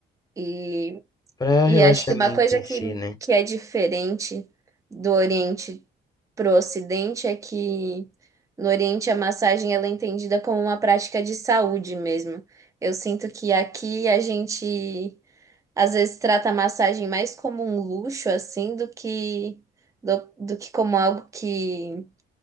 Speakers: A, on the right; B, on the left.
A: E
B: para
A: E
B: relaxamento
A: acho que uma coisa
B: em
A: que,
B: si, né?
A: que é diferente do Oriente para o Ocidente é que no Oriente a massagem ela é entendida como uma prática de saúde mesmo. Eu sinto que aqui a gente às vezes trata a massagem mais como um luxo assim do que do, do que como algo que,